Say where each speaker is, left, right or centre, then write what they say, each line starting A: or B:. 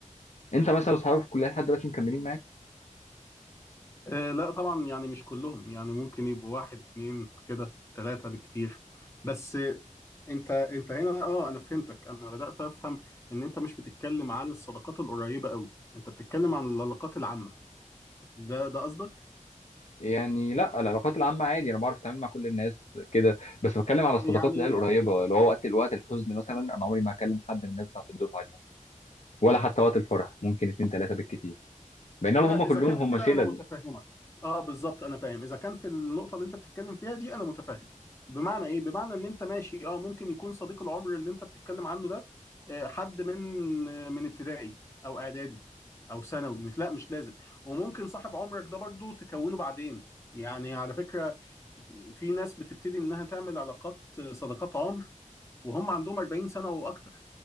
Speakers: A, on the left; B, on the left.
A: انت مثلا صحابك في الكليه لحد دلوقتي مكملين معاك
B: آه لا طبعا يعني مش كلهم يعني ممكن يبقوا واحد اتنين كده ثلاثه بالكتير بس آه، انت انت هنا اه انا فهمتك انا بدات افهم ان انت مش بتتكلم عن الصداقات القريبه قوي انت بتتكلم عن العلاقات العامه ده ده قصدك
A: يعني لا العلاقات العامة عادي انا بعرف اتعامل مع كل الناس كده بس بتكلم على الصداقات
B: يعني
A: اللي هي القريبة اللي هو وقت الوقت الحزن مثلا انا عمري ما هكلم حد من الناس بتاعت الدفعة دي مثلا ولا حتى وقت الفرح ممكن اتنين تلاتة بالكتير بينما
B: لا
A: هم
B: اذا
A: كلهم
B: كان
A: هم
B: كده
A: شلل
B: انا متفهمك اه بالظبط انا فاهم اذا كان في النقطه اللي انت بتتكلم فيها دي انا متفهم بمعنى ايه بمعنى ان انت ماشي اه ممكن يكون صديق العمر اللي انت بتتكلم عنه ده آه، حد من من ابتدائي او اعدادي او ثانوي مش لا مش لازم وممكن صاحب عمرك ده برضو تكونه بعدين يعني على فكره في ناس بتبتدي انها تعمل علاقات آه، صداقات عمر وهم عندهم 40 سنه واكتر